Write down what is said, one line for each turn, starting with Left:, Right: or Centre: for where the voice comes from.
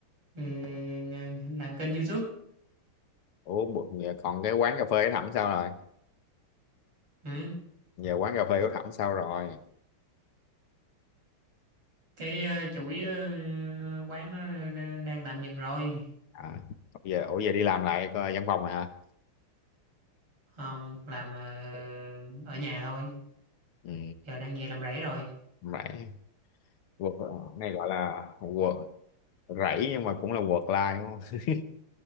Right: ừ, làm kênh YouTube
Left: Ủa, bộ- giờ còn cái quán cà phê của Thẩm sao rồi
Right: ừ.
Left: giờ quán cà phê của Thẩm sao rồi
Right: cái ờ, chuỗi ờ, quán nó ờ, đang tạm dừng rồi
Left: À, giờ ủa giờ đi làm lại coi văn phòng rồi hả?
Right: không làm ờ, ở nhà thôi
Left: Ừ,
Right: giờ đang về làm rẫy rồi
Left: rẫy work này gọi là work rẫy nhưng mà cũng là work life đúng không? <laughs>